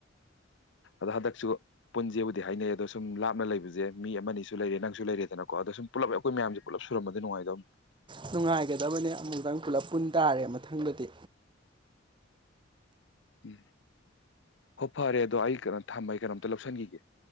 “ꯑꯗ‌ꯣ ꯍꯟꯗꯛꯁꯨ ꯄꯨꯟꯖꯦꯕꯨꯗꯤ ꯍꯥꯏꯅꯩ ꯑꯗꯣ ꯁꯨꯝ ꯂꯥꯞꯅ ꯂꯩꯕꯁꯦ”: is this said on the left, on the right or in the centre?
Left